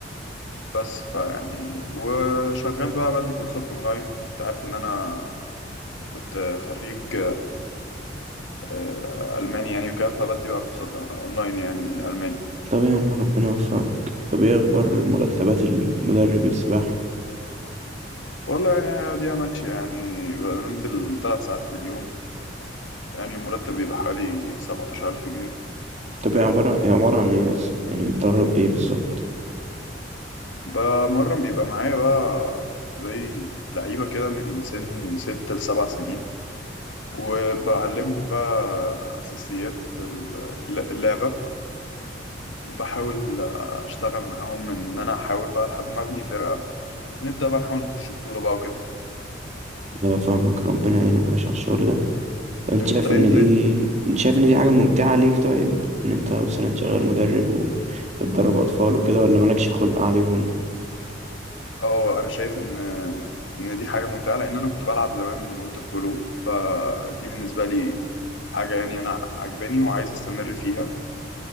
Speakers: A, on the left; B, on the right.
A: بس فيعني وشغال بقى بدي كورسات اونلاين انت عارف ان انا كنت خريج آه، ألماني يعني وكده فبدي بقى كورسات أونلاين يعني ألماني
B: طب يا عم ربنا يوفقك طب ايه اخبار مرتبات المدرب السباحة
A: والله يعني دي ماشية يعني بنزل ثلاث ساعات في اليوم يعني المرتب بيبقى حوالي سبعتاشر ألف جنيه
B: طب
A: فاهم
B: هي عبارة هي عبارة عن ايه اصلا يعني بتدرب ايه بالظبط
A: بمرن بيبقى معايا بقى زي لعيبة كده من سن ست لسبع سنين وبعلمهم بقى أساسيات ال- اللعبة وبحاول أشتغل معاهم إن أنا أحاول بقى لحد ما أبني فرقة نبدأ بقى نحاول نخش بطولة بقى وكده
B: ايوه فاهمك ربنا يعينك يا باشا على الشغل ده طب انت
A: انت
B: شايف
A: انت
B: ان دي انت شايف ان دي حاجة ممتعة ليك طيب ان انت مثلا شغال مدرب وبتدرب اطفال وكده ولا مالكش خلق عليهم
A: اه انا شايف ان ان دي حاجه ممتعه لان انا كنت بلعب زمان ووتر بولو فدي بالنسبه لي حاجه يعني انا عجباني وعايز استمر فيها